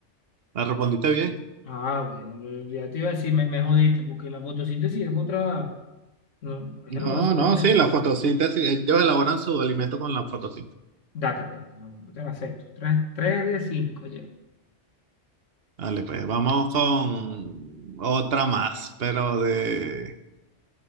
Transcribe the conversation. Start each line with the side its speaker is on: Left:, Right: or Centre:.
Right: La respondiste bien.
Left: Ah, bueno, eh, ya te iba a decir, me, me jodiste, porque la fotosíntesis es otra, no, es
Right: No,
Left: elaboración
Right: no,
Left: de alimentos.
Right: sí, la fotosíntesis, ellos elaboran su alimento con la fotosíntesis.
Left: Date, pues, no, bueno, no te la acepto. Tres, tres de cinco,
Right: Vale, pues vamos con otra más, pero de,